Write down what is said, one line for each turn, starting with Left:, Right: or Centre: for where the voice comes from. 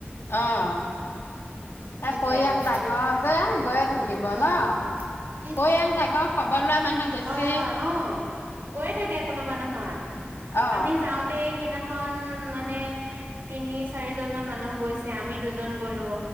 Left: অ', তাই
Right: সেইটোৱে
Left: পৰিয়াল
Right: আৰু
Left: ডাঙৰ যে গৈ থাকিব
Right: হয়
Left: ন'।
Right: সেই
Left: পৰিয়াল
Right: বা
Left: ডাঙৰ খবৰ লোৱা মানুহ বেছি
Right: হয়', হয়', অ' গৈ থাকে। কোনোবা নহয়,
Left: অ
Right: আম যাওঁতে সেইদিনাখন মানে তিনি চাৰিজন মান মানুহ গৈছে আমি দুজন গলো।